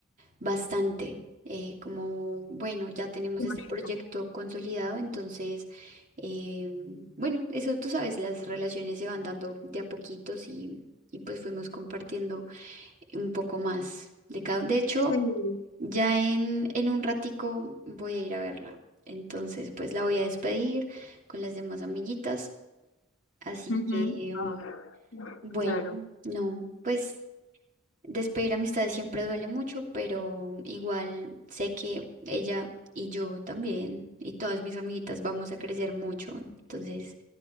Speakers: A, on the right; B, on the left.
A: bastante. eh, como, bueno, ya tenemos
B: Qué
A: este
B: bonito.
A: proyecto consolidado, entonces, eh, bueno, eso tú sabes, las relaciones se van dando de a poquitos y, y pues fuimos compartiendo un poco más de cada. De hecho,
B: Sí.
A: ya en, en un ratico voy a ir a verla. Entonces, pues la voy a despedir con las demás amiguitas. Así
B: Ujú.
A: que,
B: Ah,
A: mm, bueno,
B: claro,
A: no, pues Despedir amistades siempre duele mucho, pero igual sé que ella y yo también y todas mis amiguitas vamos a crecer mucho. Entonces,